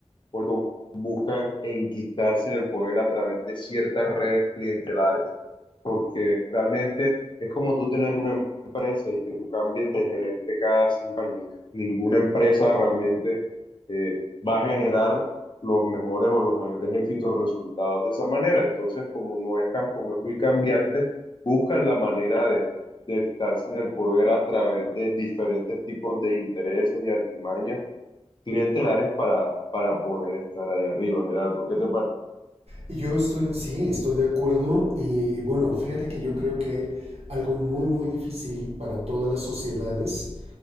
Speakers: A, on the left; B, on the right.
A: porque buscan enquistarse en el poder a través de ciertas redes clientelares, porque realmente es como tú tener una empresa y que tú cambies de gerente cada cinco años. Ninguna empresa realmente eh, va a generar los mejores o los mayores éxitos resultados de esa manera. Entonces, como no es tan, como es muy cambiante, buscan la manera de de estarse en el poder a través de diferentes tipos de intereses y artimañas clientelares para, para poder estar ahí arriba, Gerardo. ¿Qué te parece?
B: Yo estoy, sí, estoy de acuerdo y, y bueno, fíjate que yo creo que algo muy, muy difícil para todas las sociedades,